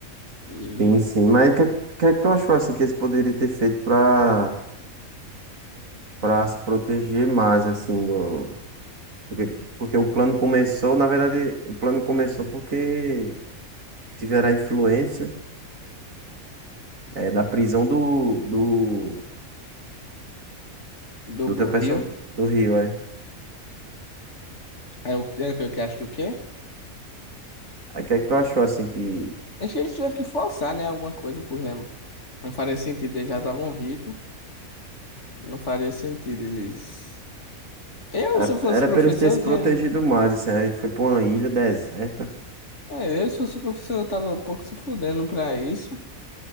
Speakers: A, on the left; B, on the right.
A: E
B: Sim, sim. Mas o que, que é que tu achou assim que eles poderiam ter feito pra. para se proteger mais, assim, do, porque, porque o plano começou, na verdade, o plano começou porque tiveram a influência eh, da prisão do, do,
A: do
B: do
A: Bo-
B: teu person,
A: Rio.
B: do Rio, é.
A: É o, é o que eu que acho do quê?
B: Aí o que é que tu achou, assim, que
A: Acho que eles tiveram que forçar, né? Alguma coisa pro Remo. Não faria sentido, eles já estavam ricos. Não faria sentido eles. Eu,
B: era,
A: se eu fosse
B: era
A: professor,
B: pra eles terem se
A: eu
B: protegido
A: tinha.
B: mais, assim, aí ele foi pra uma ilha deserta,
A: É, eu, se fosse professor, eu tava um pouco se fudendo pra isso.